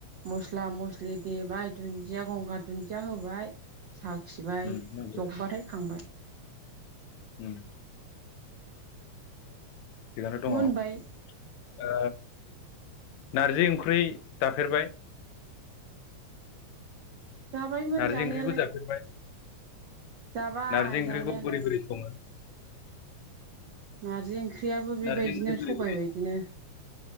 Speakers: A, on the right; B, on the left.
A: मस्ला मस्लि देबाय दुन्जिया गंगार दुन्जिया होबाय । साखिबाय
B: उम नंगौ
A: जब्बाथाय खांबाय ।
B: उम थिगानो दङ
A: मोनबाय
B: ओ नारजि ओंख्रि जाफेरबाय?
A: जाबायमोन
B: नारजि
A: जानायालाय
B: ओंख्रिखौ जाफेरबाय?
A: जाबाय
B: नारजि ओंख्रिखौ
A: जानायालाय
B: बोरै बोरै सङो?
A: नारजि ओंख्रियाबो बेबायदिनो
B: नारजि ओंख्रि बोरै
A: सबाय
B: बोरै
A: बायदिनो
B: सङो
A: ।